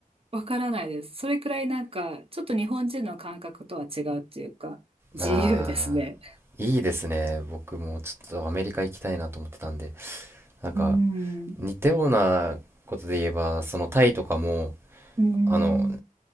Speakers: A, on the right; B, on the right.
A: わからないです。それくらいなんか、ちょっと日本人の感覚とは違うっていうか、自由ですね。
B: あーいいですね僕もちょっとアメリカ行きたいなと思ってたんでなんか
A: うーん、
B: 似たようなことで言えばそのタイとかも
A: うーん、
B: あの